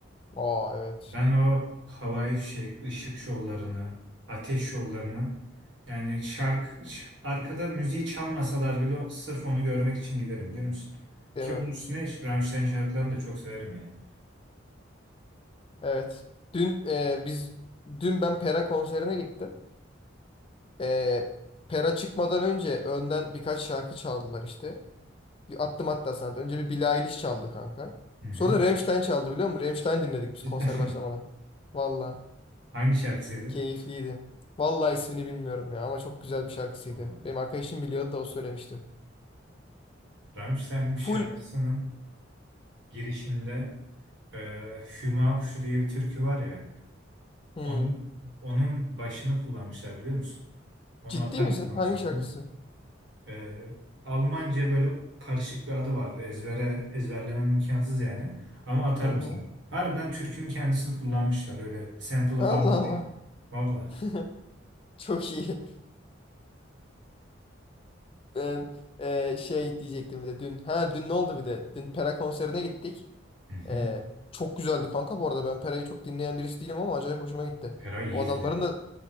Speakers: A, on the left; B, on the right.
A: Aa evet.
B: Ben o havai fişek, ışık şovlarını, ateş şovlarını yani şarkı ş- arkada müziği çalmasalar bile o- sırf onu görmek için giderim biliyor musun?
A: Değil
B: Ki
A: mi?
B: onun üstüne ş- Rammstein şarkılarını da çok severim yani.
A: Evet. Dün e, biz dün ben Pera konserine gittim. Ee, Pera çıkmadan önce önden birkaç şarkı çaldılar işte. Bir attım hatta sana. da. Önce bir Billie Eilish çaldı kanka.
B: Hı hı.
A: Sonra da Rammstein çaldı biliyor musun? Rammstein dinledik biz
B: Cidden
A: konser başlamadan.
B: mi?
A: Valla
B: <laughs> hangi şarkısıydı?
A: keyifliydi. Valla ismini bilmiyorum ya ama çok güzel bir şarkısıydı.
B: Vallahi.
A: Benim arkadaşım biliyordu da o söylemişti.
B: Rammstein bir
A: Full...
B: şarkısının girişinde e, Hüma Kuşu diye bir türkü var ya
A: Hmm.
B: onun onun başını kullanmışlar biliyor musun? Onu
A: Ciddi
B: atarım
A: misin?
B: sana
A: Hangi
B: sonra.
A: şarkısı?
B: Ee, Almanca böyle karışık bir adı vardı. Ezbere ezberlemem imkansız yani. Ama atarım
A: Hı hı.
B: sana. Harbiden türkünün kendisini kullanmışlar. Öyle sample'ı
A: Allah
B: falan. değil. Valla.
A: Allah. <laughs> Çok iyi. Ben e, şey diyecektim bir de dün. Ha dün ne oldu bir de? Dün Pera konserine gittik.
B: Hı hı.
A: Ee, çok güzeldi kanka bu arada. Ben Pera'yı çok dinleyen birisi değilim ama acayip hoşuma gitti.
B: Eray iyidir
A: O adamların
B: yani.
A: da